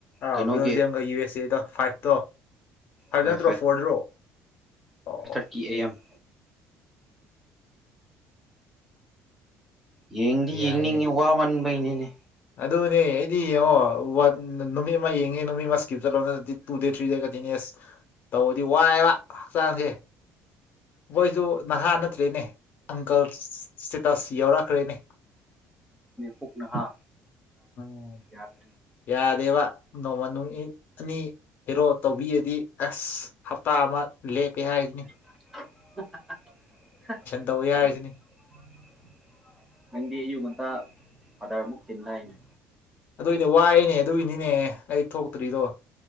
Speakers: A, on the left; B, in the centre.
A: ꯑ
B: ꯀꯩꯅꯣꯒꯤ
A: ꯕꯦꯜꯖꯤꯌꯝꯒ ꯌꯨ ꯑꯦꯁ ꯑꯦꯗ ꯐꯥꯏꯠꯇꯣ ꯍꯥꯏ
B: ꯍꯣꯏ
A: ꯅꯠꯇ꯭ꯔꯣ ꯐꯣꯔꯗ꯭ꯔꯣ ꯑ ꯑꯣ ꯑꯣ
B: ꯀꯤ ꯑꯦ ꯑꯦꯝ ꯌꯦꯡꯗꯤ
A: ꯌꯥꯏꯅꯦ
B: ꯌꯦꯡꯅꯤꯡꯉꯦ ꯋꯥꯃꯟꯕꯩꯅꯤꯅꯦ
A: ꯑꯗꯨꯅꯦ ꯑꯩꯗꯤ ꯌꯦꯡꯉꯣ ꯅꯨꯃꯤꯠ ꯑꯃ ꯌꯦꯡꯉꯦ ꯅꯨꯃꯤꯠ ꯑꯃ ꯏꯁꯀꯤꯞ ꯆꯠꯂꯣꯗꯗꯤ two day three day continuous ꯇꯧꯔꯗꯤ ꯋꯥꯏꯑꯦꯕ ꯍꯛꯆꯥꯡꯁꯦ ꯃꯣꯏꯁꯨ ꯅꯍꯥ ꯅꯠꯇ꯭ꯔꯦꯅꯦ ꯑꯪꯀꯜ ꯁ꯭ꯇꯦꯇꯁ ꯌꯥꯎꯔꯛꯈ꯭ꯔꯦꯅꯦ
B: ꯄꯨꯛꯅ ꯍꯥ
A: ꯎꯝ
B: ꯌꯥꯗ
A: ꯌꯥꯗꯦꯕ ꯅꯣꯡꯃ ꯅꯨꯉꯤꯠ ꯑꯅꯤ ꯍꯦꯔꯣ ꯇꯧꯕꯤꯔꯗꯤ ꯑꯁ ꯍꯞꯇꯥ ꯑꯃ ꯂꯦꯞꯀꯦ ꯍꯥꯏꯅꯤ
B: <unintelligible>
A: ꯇꯧꯋꯦ ꯍꯥꯏꯁꯤꯅꯤ
B: ꯅꯪꯗꯤ ꯑꯌꯨꯛ ꯉꯟꯇꯥ ꯑꯣꯗ꯭ꯔ ꯑꯃꯨꯛ ꯆꯤꯟꯗꯥꯏꯅꯦ
A: ꯑꯗꯨꯏꯅꯦ ꯋꯥꯏꯅꯦ ꯑꯗꯨꯒꯤꯅꯤꯅꯦ ꯑꯩ ꯊꯣꯛꯇ꯭ꯔꯤꯗꯣ